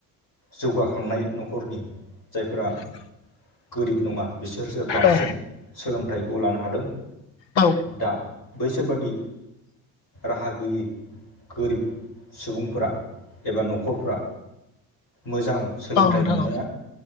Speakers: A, on the left; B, on the left.
A: जौगाखांनाय नखरनि जायफोरा
B: औ
A: गोरिब नङा बिसोरसो बांसिन
B: औ
A: सोलोंथाइखौ लानो हादों
B: औ
A: दा बैसोर बादि राहा गैयै गोरिब सुबुंफोरा एबा नखरफोरा मोजां सोलोंथाइ
B: औ नोंथां
A: मोननाया
B: औ